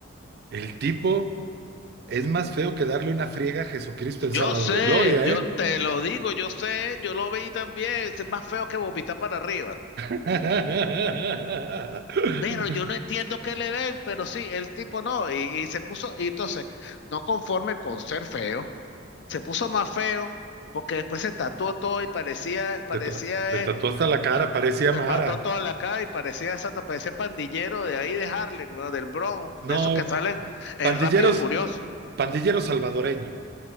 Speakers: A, on the right (about 55°); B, on the left (about 60°).
A: el tipo es más feo que darle una friega a Jesucristo el
B: Yo
A: sábado
B: sé,
A: de gloria,
B: yo
A: ¿eh?
B: te lo digo, yo sé, yo lo vi también. Es más feo que vomitar para arriba.
A: <laughs>
B: Pero yo no entiendo qué le ven, pero sí, el tipo no, y, y se puso, y entonces, no conforme con ser feo, se puso más feo, porque después se tatuó todo y parecía, parecía,
A: Te, ta- te tatuó
B: eh,
A: hasta la cara, parecía Mara.
B: se pató toda la cara y parecía, exacto, parecía pandillero de ahí de Harlem, ¿no? Del Bronx,
A: No,
B: de esos que salen en
A: pandilleros,
B: Rápido y Furioso.
A: pandillero salvadoreño.